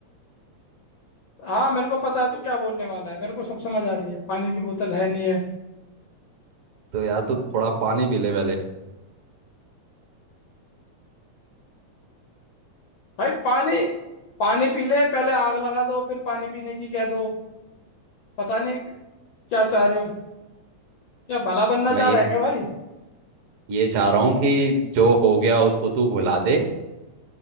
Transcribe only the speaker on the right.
तो यार तू थोड़ा पानी पी ले पहले
मैं
ये
ये चाह रहा हूँ कि जो हो गया उसको तू भुला दे